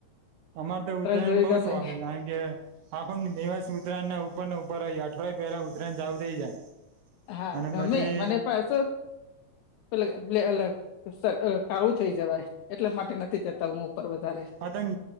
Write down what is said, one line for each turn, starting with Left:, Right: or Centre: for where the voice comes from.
Right: અમારે તો ઉત્તરાયણ
Left: જોવી
Right: બહું
Left: ગમે
Right: શોખ કારણ કે આખો દિવસ ઉત્તરાયણ ના ઉપ ને ઉપર રહી અઠવાડય પેલા ઉતરાયણ જ ચાલું થઈ જાય
Left: હા
Right: અને
Left: ગમે
Right: પછી
Left: મને પાસો <inaudible> કાળુ થઇ જવાય એટલા માટે નથી, જતા હું ઉપર વધારે
Right: હતંગ